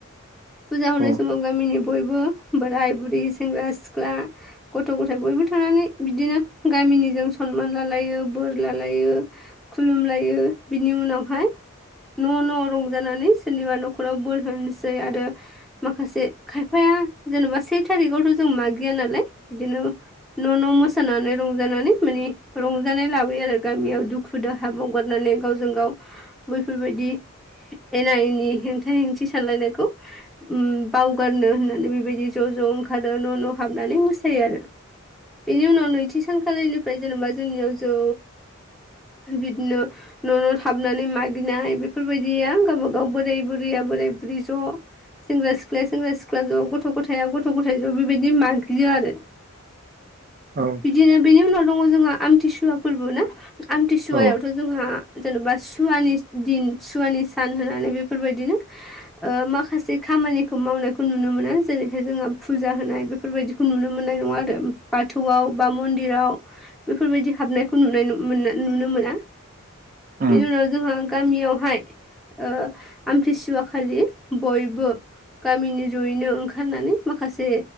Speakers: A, in the centre; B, on the right (about 40°).
A: फुजा होनाय
B: औ
A: समाव गामिनि बयबो बोराय बुरि सेंग्रा सिख्ला गथ' गथाय बयबो थांनानै बिदिनो गामिनिजों सनमान लालायो बोर लालायो खुलुमलायो बिनि उनावहाय न' न' रंजानानै सोरनिबा न'खराव बोर होनोसै आरो माखासे खायफाया जेनेबा से थारिकयावथ' जों माग गैयानालाय बिदिनो न' न' मोसौ होनानै रंजानानै माने रं जानाय लाबोयो आरो गामियाव दु खु दाहा बावगारनानै गावजों गाव बैफोरबायदि एना एनि हेंथा हेंथि सानलायनायखौ उम बावगारनो होननानै बेबायदि ज' ज' ओंखा रो न' न' हाबनानै मोसायो आरो। बिनि उनाव आव नैथि सानखालिनिफाय जेनबा जोंनियाव जौ बिदिनो न' न' हाब नानै मागिनाय बेफोरबायदिया गावबा गाव बोराय बुरै बुरै बोरै बुरि ज' सेंग्रा सिख्लाया सेंग्रा सिख्ला ज' गथ' गथाया गथ' गथा इ ज' बिबायदि मानगियो आरो।
B: औ
A: बिदिनो बिनि उनाव दङ जोंहा आमथिसुवा फोरबो ना। आमथिसुवायावथ'
B: औ
A: जोंहा जेन'बा सुवानि दिन सुवानि सान होनानै बेफोरबायदिनो ओ माखासे खामानिखौ मावनायखौ नुनो मोनो जेरैहाय जोङो फुजा होनाय बेफोरबायदिखौ नुनो मोननाय नङा आरो बाथौआव बा मन्दिराव बेफोरबादि हाबनायखौ नुनाय नु मोनना नुनो मोना।
B: उम
A: बिनि उनाव जोंहा गामियावहाय ओ आमतिसुवा खालि बयबो गामिनि जयैनो ओंखारनानै माखासे